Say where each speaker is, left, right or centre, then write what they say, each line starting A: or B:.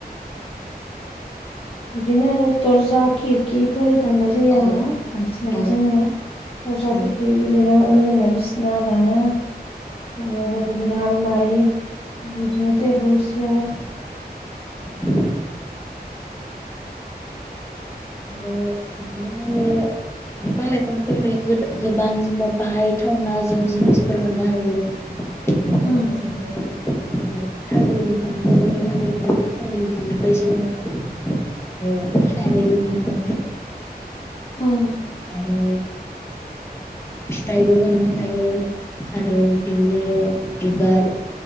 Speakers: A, on the left; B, on the left.
A: बिदिनो आरो दरजा खिरखिफोर दाननाय जायो
B: औ
A: आरो ना बांसिनानो
B: औ
A: जोंनिया। दरजा
B: औ
A: खिरखि बिदिनो उन्दुग्रा बिसिना दानो बबावबा बि बिदिनो आलमारि बिदिनो टेबोल सियार
B: <inaudible> आरो बिदिनो जोङो बिफां लाइफांफोर बे गोबां जेनबा बाहायथावना जों जिनिसफोर मोननो हायो। जेरै
A: उम
B: थालिर बिफांखौ ननाय निफ्राय जोङो खारैबो मोनो।
A: ओं
B: आरो फिथाइबो मोननो हायो आरो बिनि बिबार